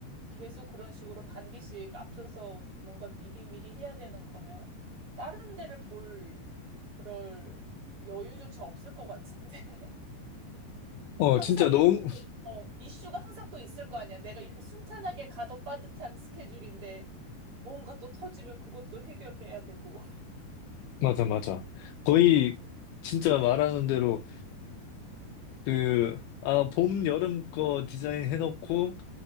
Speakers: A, on the right; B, on the left.
A: 계속 그런 식으로 반기씩 앞서서 뭔가 미리미리 해야 되는 거면 다른 데를 볼 그럴 여유조차 없을 것 같은데. <laughs>
B: 어,
A: 항상
B: 진짜 너무,
A: 이,
B: <laughs>
A: 어, 이슈가 항상 또 있을 거 아니야. 내가 이렇게 순탄하게 가도 빠듯한 스케줄인데. 뭔가 또 터지면 그것도 해결해야 되고.
B: 맞아, 맞아. 거의, 진짜 말하는 대로, 그, 아, 봄, 여름 거 디자인 해놓고,